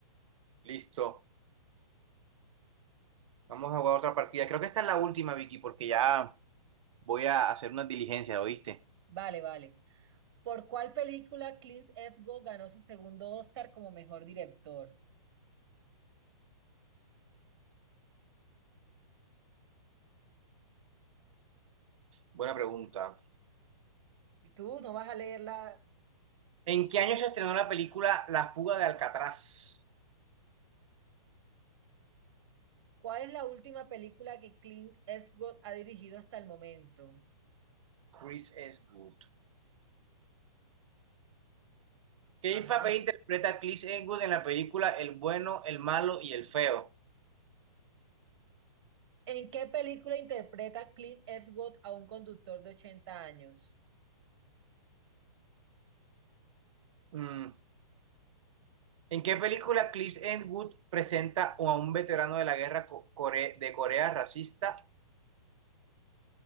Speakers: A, on the right; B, on the right.
A: Listo. Vamos a jugar otra partida. Creo que esta es la última, Vicky, porque ya voy a hacer unas diligencias, ¿oíste?
B: Vale, vale. ¿Por cuál película Clint Eastwood ganó su segundo Oscar como mejor director?
A: Buena pregunta.
B: Y tú no vas a leerla.
A: ¿En qué año se estrenó la película La fuga de Alcatraz?
B: ¿Cuál es la última película que Clint Eastwood ha dirigido hasta el momento?
A: Chris Eastwood. ¿Qué
B: Ajá.
A: papel interpreta Chris Eastwood en la película El bueno, el malo y el feo?
B: ¿En qué película interpreta Clint Eastwood a un conductor de 80 años?
A: Mm, ¿En qué película Clint Eastwood presenta a un veterano de la guerra co- core- de Corea racista